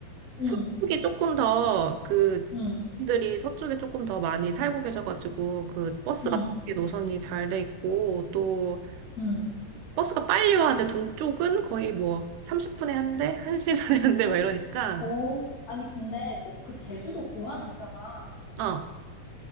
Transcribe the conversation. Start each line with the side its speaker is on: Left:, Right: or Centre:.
Left: 응,
Right: 서쪽이 조금 더 그
Left: 응,
Right: 분들이 서쪽에 조금 더 많이 살고 계셔가지고 그 버스
Left: 응.
Right: 같은 게 노선이 잘 돼 있고 또
Left: 응.
Right: 버스가 빨리 와는데 동쪽은 거의 뭐 30분에 한 대, 1시간에 한대 막 이러니까
Left: 오, 아니, 근데, 너, 그 제주도 공항 있잖아.
Right: 아